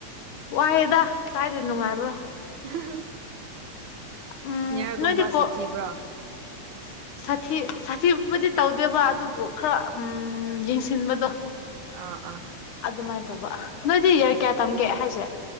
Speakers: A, on the left; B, on the right.
A: ꯋꯥꯏꯌꯗ ꯀꯥꯏꯗ ꯅꯨꯡꯉꯥꯏꯕ꯭ꯔꯣ
B: ꯍꯍ
A: ꯎꯝ
B: ꯁꯦꯅꯤꯌꯥꯔꯒꯨꯝꯕ
A: ꯅꯣꯏꯗꯤ ꯀꯣ
B: ꯁꯥꯊꯤꯕ꯭ꯔꯣ
A: <unintelligible> ꯁꯥꯊꯤ ꯁꯥꯊꯤꯕꯨꯗꯤ ꯇꯧꯗꯦꯕ ꯑꯗꯨꯕꯨ ꯈꯔ ꯎꯝ ꯌꯦꯡꯁꯤꯟꯕꯗꯣ
B: ꯑꯧ ꯑꯥ
A: ꯑꯗꯨꯃꯥꯢꯅ ꯇꯧꯕ ꯅꯣꯢꯗꯤ ꯌꯥꯔ ꯀꯌꯥ ꯇꯝꯒꯦ ꯍꯥꯢꯖꯦ